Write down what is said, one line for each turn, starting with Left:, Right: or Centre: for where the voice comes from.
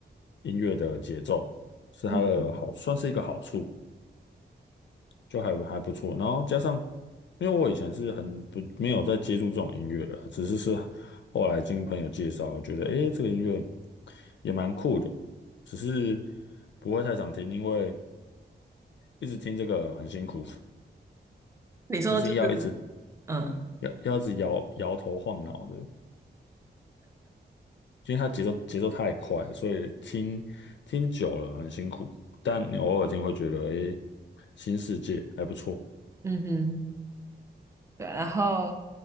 Left: 音乐的节奏，是它的好，
Right: 嗯
Left: 算是一个好处，就还还不错。然后加上，因为我以前是很不没有在接触这种音乐的，只是是后来经朋友介绍，我觉得诶这个音乐也蛮酷的，只是不会太常听，因为一直听这个很辛苦，<laughs>
Right: 你说就是，
Left: 就是要一直
Right: 嗯
Left: 要要一直摇摇头晃脑的。因为它节奏节奏太快了所以听听久了很辛苦，但你偶尔听会觉得，诶，新世界还不错。
Right: 嗯哼。对，然后